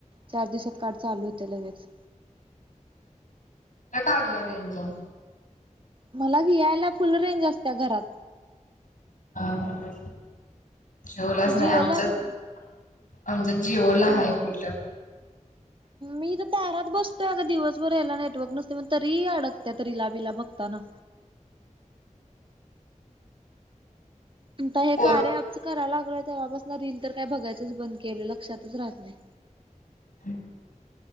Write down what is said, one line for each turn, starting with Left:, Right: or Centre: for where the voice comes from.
Right: चार दिवसात कार्ड चालू होतय लगेच
Left: होय कार्डला रेंज हाय
Right: मला व्ही आय ला फुल रेंज असत्या घरात
Left: हा ह जिओलाच नाही
Right: जिओला
Left: आमच्यात
Right: तर
Left: आमच्यात जिओला
Right: तुम
Left: हाय फुल्ल <inaudible>
Right: मी तर दारात बसतोय अग दिवसभर याला नेटवर्क नसतय म्हणून तरी ही अडकत्यात रीलाबिला बघताना
Left: <unintelligible>
Right: आता हे
Left: पोर
Right: कार्या अँपचं कराय लागलो य तेवपसन रील तर काय बघायचच बंद केलं लक्षातच राहत नाही.
Left: <unintelligible>